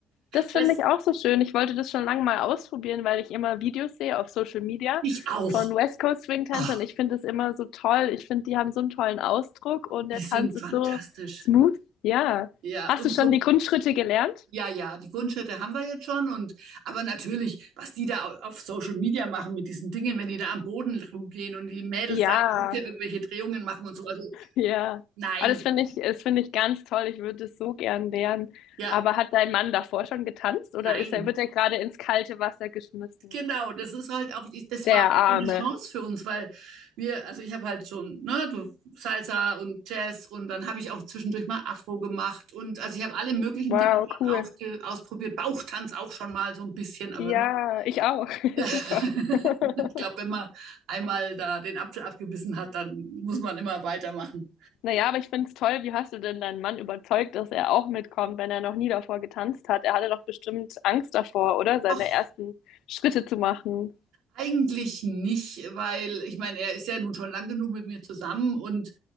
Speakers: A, on the left (about 85°); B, on the right (about 85°).
A: Das finde
B: West,
A: ich auch so schön. Ich wollte das schon lange mal ausprobieren, weil ich immer Videos sehe auf Social Media
B: ich auch.
A: von West Coast Swing-Tänzern.
B: Ah.
A: Ich finde das immer so toll. Ich finde, die haben so einen tollen Ausdruck und
B: Die
A: der
B: sind
A: Tanz ist
B: fantastisch.
A: so smooth. Ja.
B: Ja,
A: Hast
B: und
A: du schon
B: so,
A: die Grundschritte gelernt?
B: ja, ja, die Grundschritte haben wir jetzt schon. Und aber natürlich, was die da au- auf Social Media machen mit diesen Dingen, wenn die da am Boden rumgehen und die Mädels
A: Ja,
B: da in der Hütte irgendwelche Drehungen machen und so. Also
A: ja.
B: nein,
A: Aber das finde ich, das finde ich ganz toll. Ich würde es so gern lernen.
B: ja,
A: Aber hat dein Mann davor schon getanzt oder
B: nein.
A: ist er, wird er gerade ins kalte Wasser geschmissen?
B: Genau, das ist halt auch, die- das
A: Der
B: war auch
A: Arme.
B: so eine Chance für uns, weil wir, also ich habe halt schon, ne, du, Salsa und Jazz und dann habe ich auch zwischendurch mal Afro gemacht und also ich habe alle möglichen
A: Wow,
B: Dinge schon
A: cool.
B: aufge, ausprobiert, Bauchtanz auch schon mal so ein bisschen, aber
A: Ja,
B: nur
A: ich auch. <laughs>
B: Ja.
A: Super.
B: <laughs>
A: <laughs>
B: ich glaube, wenn man einmal da den Apfel abgebissen hat, dann muss man immer weitermachen.
A: Naja, aber ich finde es toll, wie hast du denn deinen Mann überzeugt, dass er auch mitkommt, wenn er noch nie davor getanzt hat? Er hatte doch bestimmt Angst davor, oder? Seine
B: Ach,
A: ersten Schritte zu machen.
B: Eigentlich nicht, weil ich meine, er ist ja nun schon lang genug mit mir zusammen und